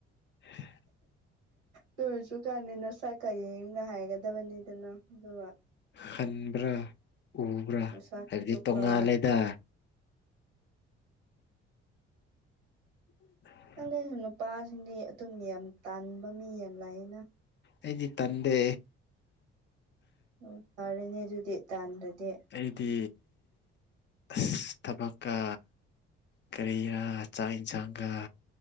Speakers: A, on the left; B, on the right.
A: <inaudible>
B: ꯗꯨꯑꯣꯏꯔꯁꯨ <unintelligible> ꯅꯁꯛꯀ ꯌꯦꯡꯉꯒ ꯍꯥꯏꯒꯗꯕꯅꯤꯗꯅ ꯑꯗꯨꯒ
A: ꯍꯟꯕ꯭ꯔꯥ ꯎꯕ꯭ꯔꯥ
B: ꯅꯁꯛ
A: ꯍꯥꯏꯕꯗꯤ
B: ꯆꯨꯄ
A: ꯇꯣꯉꯥꯜꯂꯦꯗ <inaudible>
B: <unintelligible> ꯅꯨꯄꯥꯁꯤꯡꯗꯤ ꯑꯗꯨꯝ ꯌꯥꯝ ꯇꯥꯟꯕ ꯃꯤ ꯌꯥꯝ ꯂꯩꯅꯥ
A: ꯑꯩꯗꯤ ꯇꯟꯗꯦ
B: ꯑꯣ ꯐꯥꯔꯦꯅꯦ ꯑꯗꯨꯗꯤ ꯇꯥꯟꯗꯗꯤ
A: ꯑꯩꯗꯤ ꯑꯁ ꯊꯕꯛꯀ ꯀꯔꯤꯔꯥ ꯆꯥꯛ ꯏꯟꯁꯥꯡꯒ